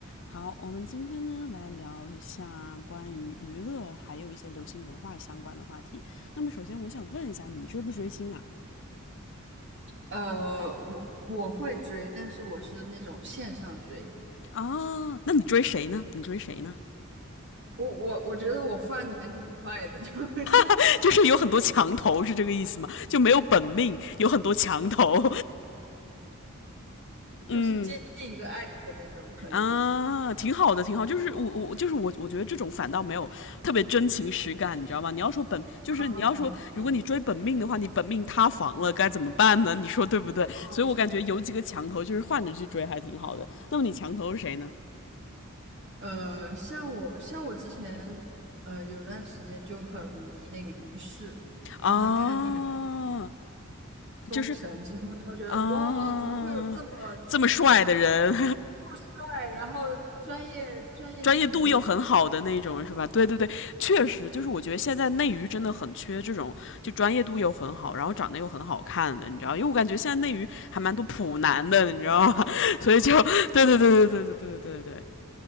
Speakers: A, on the left; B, on the right.
A: 好，我们今天呢来聊一下关于娱乐还有一些流行文化相关的话题。那么首先我想问一下，你追不追星啊？
B: 呃，我我会追，但是我是那种线上追。
A: 啊，那你追谁呢？你追谁呢？
B: 我我我觉得我换的还挺快的，<laughs> 就就是
A: <laughs> 就是有很多墙头，是这个意思吗？就没有本命，有很多墙头。
B: 就是见一个爱一个那种，
A: 嗯，
B: 可能就是。
A: 啊，挺好的，挺好。就是我我就是我，我觉得这种反倒没有特别真情实感，你知道吗？你要说本就是你要说，
B: 哦，对对对，
A: 如果你追本命的话，你本命塌房了该怎么办呢？<laughs> 你说对不对？
B: 哦，
A: 所以我感觉有几个墙头就是换着去追还挺好的。
B: 是，
A: 那么你墙头是谁呢？
B: 呃，像我像我之前，呃，有段时间就很迷那个于适，就是看那个
A: 啊，
B: 《封神》之后，
A: 就是
B: 然后觉得哇，
A: 啊，
B: 怎么会有这么
A: 这么帅的人，
B: 酷帅，然后专业专业技能又不错
A: 专业度又很好的那种，是吧？对对对，确实就是我觉得现在内娱真的很缺这种，
B: 的？
A: 就专业度又很好，然后长得又很好看的，你知道？因为我感觉现在内娱还蛮多普男的，你知道吗？<laughs> 所以就对对对对对对对对对对，